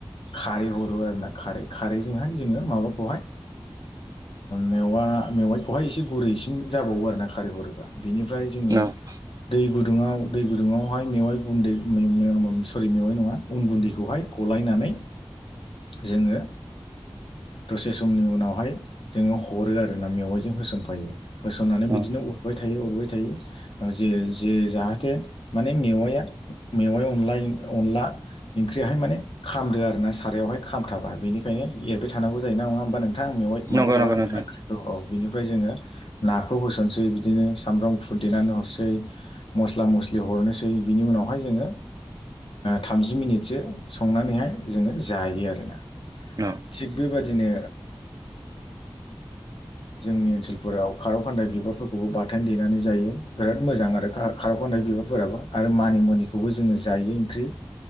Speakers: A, on the left; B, on the right.
A: खारै हरो आरो ना खारै खारैजोंहाय जोङो माबाखौहाय मेवा मेवाइखौहाय एसे गुरैसिम जाबावो आरोना खारै हरोबा बेनिफ्राय जोङो
B: औ औ
A: दै गुदुङाव दै गुदुङावहाय मेवाइ गुन्दै मेव-मेव सरि मेवाइ नङा अन गुन्दैखौहाय गलायना नै जोङो। दसे समनि उनावहाय जोङो हरो आरोना मेवाइजों होसनफायो होसननानै माने
B: औ
A: बिदिनो अरबाय थायो अरबाय थायो जे जे जाहाथे माने मेवआइआ मेवाइ अनलाय अनला ओंख्रियाहाय माने खामदो आरोना सारायावहाय खामथाबा बेनिखायनो एरबाय थानांगौ जायो ना नङा होमबा नोंथा। थां मेवाइ
B: नंगौ
A: माबाखौहाय
B: नंगौ नोंथां
A: अनला ओंख्रिखौ औ बेनिफ्राय जोङो नाख खौ होसनसै बिदिनो सामब्राम गफुर देनानै हरसै मस्ला मस्लि हरनोसै बिनि उनावहाय जोङो थामजि मिनिटसो संनानैहाय जोङो जायो आरोना।
B: औ
A: थिग बेबादिनो जोंनि ओनसोलफोराव खारौ खान्दाय बिबारफोरखौबो बथोन देनानै जायो बिराद मोजां आरो खार' खानदाय बिबारफोराबो आरो मानिमुनिखौबो जोङो जायो ओंख्रि